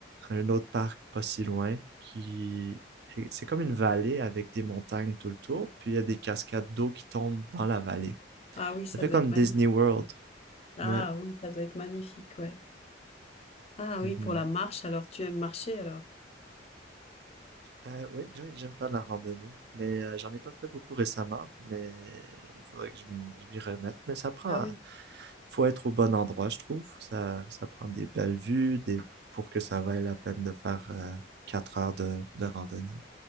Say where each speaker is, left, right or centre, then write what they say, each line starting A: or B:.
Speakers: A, on the right; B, on the left.
A: un autre parc pas si loin, qui et c'est comme une vallée avec des montagnes tout le tour, puis il y a des cascades d'eau qui tombent dans la vallée.
B: Ah oui, ça
A: Ça fait
B: doit
A: comme
B: être magnifique.
A: Disney World.
B: Ah
A: Ouais.
B: oui, ça doit être magnifique, ouais. Ah
A: Mhm.
B: oui, pour la marche, alors tu aimes marcher alors.
A: Euh, oui, oui, j'aime faire de la randonnée, mais euh, j'en ai pas fait beaucoup récemment, mais il faudrait que je m'y je m'y remette. Mais ça prend,
B: Ah oui,
A: faut être au bon endroit, je trouve. Ça, ça prend des belles vues, des... pour que ça vaille la peine de faire euh, quatre heures de, de randonnée.